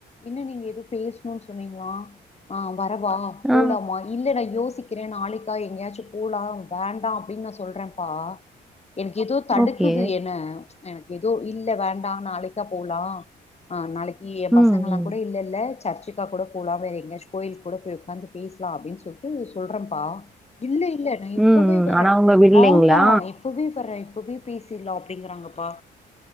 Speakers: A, on the left; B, in the centre.
A: என்ன நீங்க எதோ பேஸ்ணுன் சொன்னிங்ளா அ வரவா போலாமா
B: ஆ
A: இல்ல நா யோசிக்கிற நாளைக்கா எங்யாச்சு போலா வேண்டா அப்டின் நா சொல்றேம்பா எனக் எதோ தடுக்
B: ஓகே
A: அ எனக் எதோ இல்ல வேண்டா நாளைக்கா போலா அ நாளைக் ஏ
B: ம்
A: பசங்கல்லா
B: ம்
A: கூட இல்லல்ல சர்ச் சிக்கா கூட போலா வேற எங்கயாச்சு கோயிலுக் கூட போய் உக்காந்து பேசலா அப்டின் சொல்ட்டு சொல்றேம்பா இல்ல இல்ல நா இப்பவே
B: ம் ம்.
A: வரே
B: ஆனா அவங்க விடலைங்களா
A: ஆமா இப்பவே வரே இப்பவே பேசிர்லா அப்டிங்குறாங்கப்பா